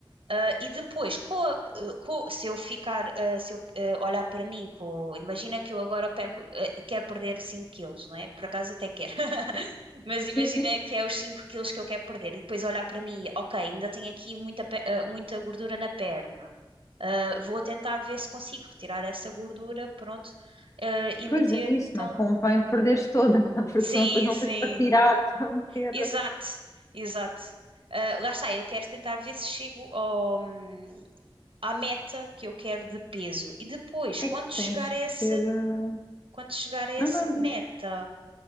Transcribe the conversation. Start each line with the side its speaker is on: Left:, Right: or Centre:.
Right: Ah, e depois, com a- com- se eu ficar, ah, se eu ah, olhar para mim, com- imagina que eu agora perco, ah, quero perder 5 quilos, não é? Por acaso até quero. <laughs> Mas imagina
Left: Sim, sim.
Right: que é os 5 quilos que eu quero perder. E depois olhar para mim, ok, ainda tenho aqui muita, pe- ah, muita gordura na perna. Ah, vou tentar ver se consigo retirar essa gordura, pronto, ah, e meter,
Left: Pois é isso,
Right: então.
Left: não convém perderes toda, <laughs> porque
Right: Sim,
Left: senão depois não
Right: sim,
Left: tens para tirar, <laughs> para meter.
Right: exato, exato. Ah, lá está, eu quero tentar ver se chego ao, hum, à meta que eu quero de peso. E depois,
Left: É
Right: quando
Left: que tens
Right: chegar
Left: que
Right: a essa,
Left: ter. eh,
Right: quando chegar a essa
Left: Não, não, diz.
Right: meta,